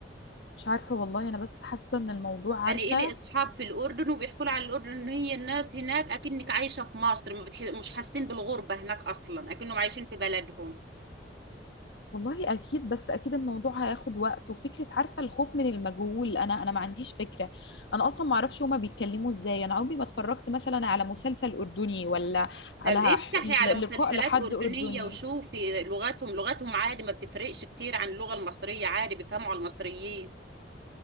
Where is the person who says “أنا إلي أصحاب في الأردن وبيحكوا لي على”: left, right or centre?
Right